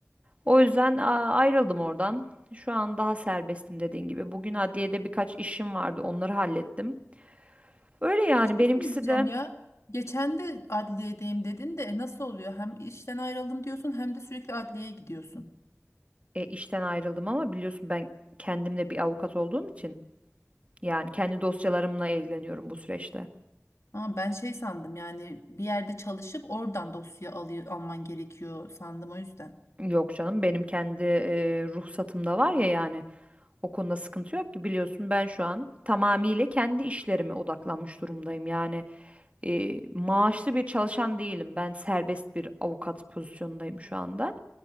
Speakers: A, on the right (about 25°); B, on the left (about 65°).
A: O yüzden a- ayrıldım oradan. Şu an daha serbestim dediğin gibi. Bugün adliyede birkaç işim vardı, onları hallettim. Öyle yani
B: Bir şey
A: benimkisi
B: söyleyeceğim
A: de
B: ya. Geçen de adliyedeyim dedin de e, nasıl oluyor? Hem işten ayrıldım diyorsun hem de sürekli adliyeye gidiyorsun.
A: e, işten ayrıldım ama biliyorsun ben kendimde bir avukat olduğum için yani kendi dosyalarımla ilgileniyorum bu süreçte.
B: Ama ben şey sandım yani bir yerde çalışıp oradan dosya alıyor, alman gerekiyor sandım o yüzden.
A: Yok canım benim kendi e, ruhsatımda var ya yani o konuda sıkıntı yok ki biliyorsun ben şu an tamamıyla kendi işlerime odaklanmış durumdayım. Yani e, maaşlı bir çalışan değilim ben serbest bir avukat pozisyondayım şu anda.